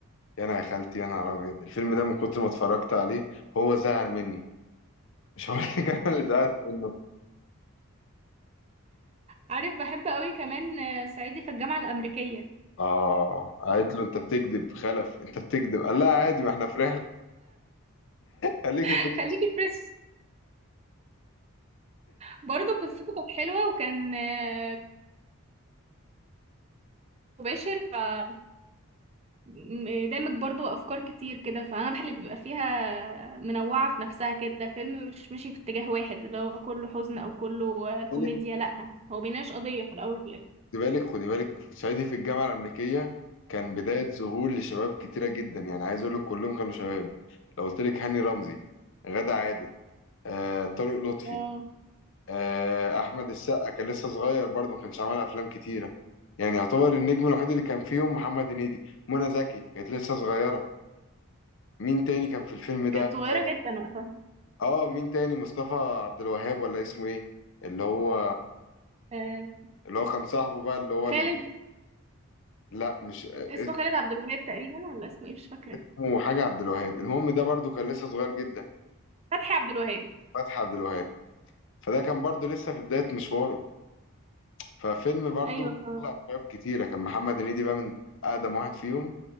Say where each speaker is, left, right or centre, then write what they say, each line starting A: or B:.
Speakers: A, on the left; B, on the right.
A: يا انا يا خالتي يا نهار ابيض الفيلم ده من كتر ما اتفرجت عليه هو زهق مني <laughs> مش هقول لك انا اللي زهقت منه
B: عارف بحب قوي كمان آه، صعيدي في الجامعه الامريكيه
A: اه قالت له انت بتكذب خلف انت بتكذب قال لها عادي ما احنا في رحله خليكي
B: <laughs>
A: في نفس-
B: خليكي فريش برضه قصته كانت حلوه وكان آه، مباشر آه، م- آه، دامج برضه افكار كتير كده فانا بحب اللي بيبقى فيها منوعه في نفسها كده الفيلم مش ماشي في اتجاه واحد اللي هو كله حزن او كله آه، كوميديا
A: خلي
B: لا هو بيناقش قضيه في الاول وفي الاخر
A: بالك خدي بالك خدي بالك في صعيدي في الجامعه الامريكيه كان بدايه ظهور لشباب كتيره جدا يعني عايز اقول لك كلهم كانوا شباب لو قلت لك هاني رمزي غادة عادل آه، طارق لطفي
B: آه،
A: آه، احمد السقا كان لسه صغير برضه ما كانش عمل افلام كتيره يعني يعتبر النجم الوحيد اللي كان فيهم محمد هنيدي منى زكي كانت لسه صغيره مين تاني كان في الفيلم ده
B: كانت صغيره
A: اه
B: جدا وقتها
A: آه، مين تاني مصطفى عبد الوهاب ولا اسمه ايه اللي هو
B: آه،
A: اللي هو كان صاحبه بقى اللي هو
B: خالد
A: ال... لا مش آه،
B: اسمه خالد عبد الوهاب تقريبا ولا اسمه ايه مش فاكره
A: اسمه حاجه عبد الوهاب المهم ده برضه كان لسه صغير جدا
B: فتحي عبد الوهاب
A: ففتحي عبد الوهاب فده كان برضه لسه في بدايه مشواره ففيلم برضو
B: ايوه ف...
A: طلع شباب كتيرة كان محمد هنيدي بقى من أقدم واحد فيهم